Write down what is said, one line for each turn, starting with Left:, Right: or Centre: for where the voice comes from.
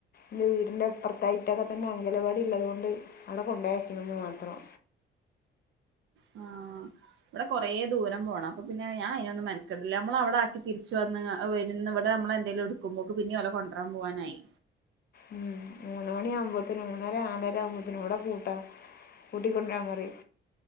Left: ന്റെ വീടിൻ്റെ അ പ്പർത്തായിട്ടൊക്കെത്തെന്നെ അങ്കലവാടി ള്ളതുകൊണ്ട് അവടെ കൊണ്ടയാക്കിണ്ന്ന് മാത്രം
Right: ആ ഇവടെ കൊറേ ദൂരം പോണം അപ്പൊ പിന്നെ ഞാൻ അയ്നൊന്നും മെനക്കടലില്ല നമ്മളവടാക്കി തിരിച്ച് വന്ന് അ വെരും ന്ന് ഇവടെ നമ്മളെന്തെലുംട്ക്കുമ്പോക്ക് പിന്നിം ഓലെ കൊണ്ട്രാൻ പോവാനായി
Left: ഉം ഉം മൂന്ന് മണിയാവുമ്പോത്തിനും മൂന്നര നാലര ആകുമ്പോത്തിനും ഇവടെ കൂട്ടാം കൂട്ടിക്കൊണ്ടരാൻ പറിം